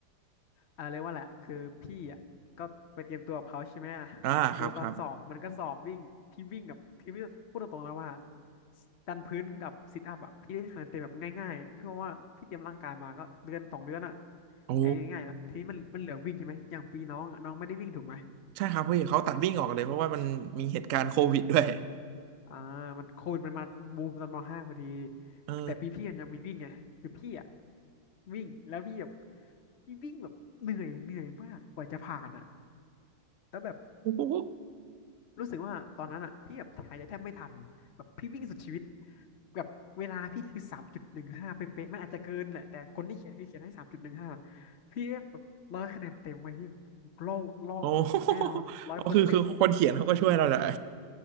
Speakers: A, on the left; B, on the right.
A: อ่าเรียกว่าแหละคือพี่อ่ะก็ไปเตรียมตัวกับเขาใช่ไหมอ่ะ
B: อ่าครับครับ
A: คือตอนสอบมันก็สอบวิ่งพี่วิ่งกับพี่พูดตรงๆแล้วว่าดันพื้นกับซิทอัพอ่ะพี่ได้คะแนนเต็มแบบง่ายๆเพราะว่าพี่เตรียมร่างกายมาก็เดือนสองเดือนอ่ะ
B: โอ้
A: ไอ้ง่ายๆละทีนี้มันมันเหลือวิ่งใช่ไหมอย่างปีน้องอะน้องไม่ได้วิ่งถูกไหม
B: ใช่ครับพี่เขาตัดวิ่งออกเลยเพราะว่ามันมีเหตุการณ์โควิดด้วย
A: อืมอ่ามันโควิดมันมาบูมตอนมห้าพอดี
B: เออ
A: แต่ปีพี่มันยังมีวิ่งไงคือพี่อ่ะวิ่งแล้วพี่แบบพี่วิ่งแบบเหนื่อยเหนื่อยมากกว่าจะผ่านอะแล้วแบบ
B: โอ้ <laughs> โห
A: รู้สึกว่าตอนนั้นอ่ะพี่แบบถ่ายใจแทบไม่ทันแบบพี่วิ่งสุดชีวิตแบบเวลาพี่คือสามจุดหนึ่งห้าเป๊ะๆมันอาจจะเกินแหละแต่คนที่เขียนคือเขียนให้สามจุดหนึ่งห้าพี่ได้แบบร้อยคะแนนเต็มไว้ที่โลกโลกติดแน่นอนร้อยเปอร์เซ็นต์
B: โอ้โหอ๋อคือคือคนเขียนเขาก็ช่วยเราแหละ